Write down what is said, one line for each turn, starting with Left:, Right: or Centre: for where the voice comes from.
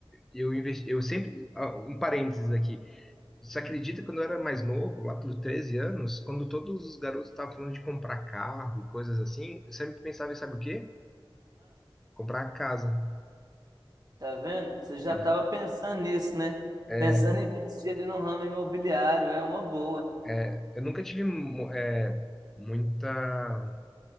Centre: eu investi, eu sempre ah, um parênteses aqui. Você acredita que quando eu era mais novo, lá pelos 13 anos, quando todos os garotos estavam falando de comprar carro e coisas assim, eu sempre pensava em sabe o quê? Comprar casa.
Right: Tá vendo? Você já
Centre: Olha,
Right: estava pensando nisso, né?
Centre: é,
Right: Pensando <laughs> em investir ali no ramo imobiliário, é uma boa.
Centre: é, eu nunca tive mu- é, muita,